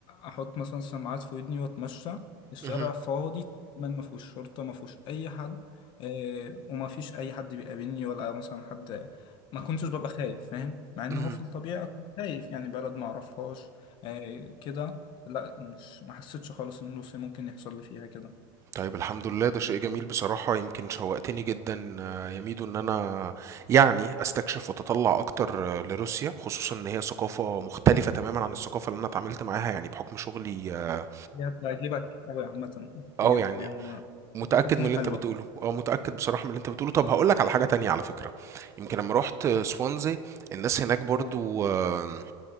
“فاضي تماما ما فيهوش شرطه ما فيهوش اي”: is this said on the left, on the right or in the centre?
Left